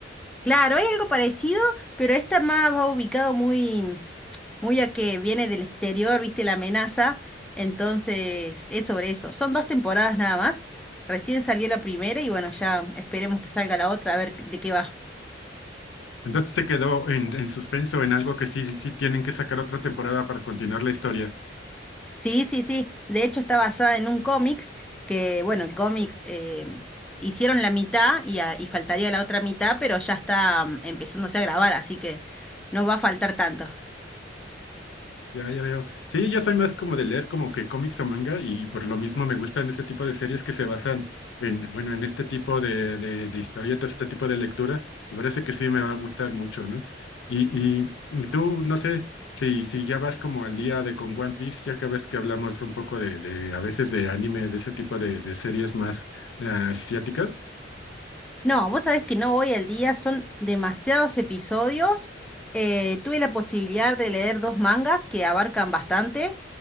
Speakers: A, in the centre; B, on the left.
A: Claro, es algo parecido, pero esta más va ubicado muy, muy a que viene del exterior, viste la amenaza. Entonces, es sobre eso. Son dos temporadas nada más. Recién salió la primera y bueno, ya esperemos que salga la otra a ver de qué va.
B: Entonces se quedó en, en suspenso, en algo que sí, sí tienen que sacar otra temporada para continuar la historia.
A: Sí, sí, sí. De hecho, está basada en un cómics que, bueno, el cómics eh, hicieron la mitad y, a- y faltaría la otra mitad, pero ya está mm, empezándose a grabar, así que no va a faltar tanto.
B: Ya, ya veo. Sí, yo soy más como de leer como que cómics o manga y por lo mismo me gustan ese tipo de series que se basan en, bueno, en este tipo de, de, de historietas, este tipo de lectura. Me parece que sí me va a gustar mucho, ¿no? Y, y tú, no sé, si, si ya vas como al día de con One Piece, ya que ves que hablamos un poco de, de a veces de anime, de ese tipo de, de series más eh, asiáticas.
A: No, vos sabés que no voy al día, son demasiados episodios. Eh, tuve la posibilidad de leer dos mangas que abarcan bastante,